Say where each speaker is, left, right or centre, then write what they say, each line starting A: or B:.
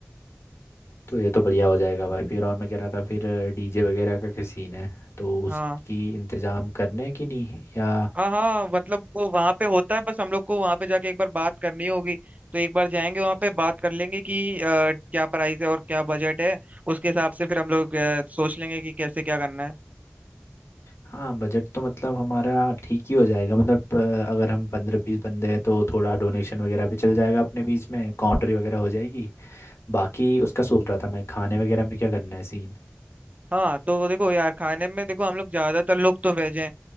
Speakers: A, on the left; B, on the right.
A: तो ये तो बढ़िया हो जाएगा भाई फिर और मैं कह रहा था फिर डीजे वगैरह का क्या सीन है तो उसकी
B: हाँ
A: इंतज़ाम करने की नहीं या
B: हाँ हाँ मतलब वो वहां पे होता है बस हम लोग को वहां पे जाके एक बार बात करनी होगी तो एक बार जाएंगे वहां पे बात कर लेंगे कि अ, क्या प्राइस है और क्या बजट है उसके हिसाब से फिर हम लोग अ, सोच लेंगे कि कैसे क्या करना है
A: हाँ बजट तो मतलब हमारा ठीक ही हो जाएगा मतलब अ, अगर हम पंद्रह बीस बंदे हैं तो थोड़ा डोनेशन वगैरह भी चल जाएगा अपने बीच में काउंट्री वगैरह हो जाएगी बाकी उसका सोच रहा था मैं खाने वगैरह में क्या करना है सीन
B: हाँ तो देखो यार खाने में देखो हम लोग ज्यादातर लोग तो वेज हैं